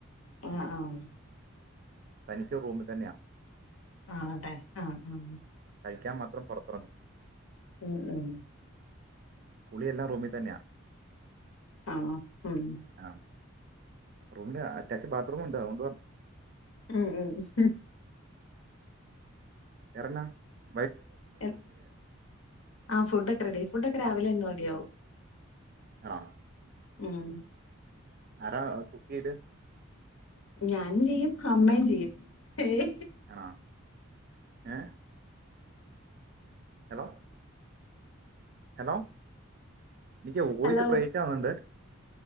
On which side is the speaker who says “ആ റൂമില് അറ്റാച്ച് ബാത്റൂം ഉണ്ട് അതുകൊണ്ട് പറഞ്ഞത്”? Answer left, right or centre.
Right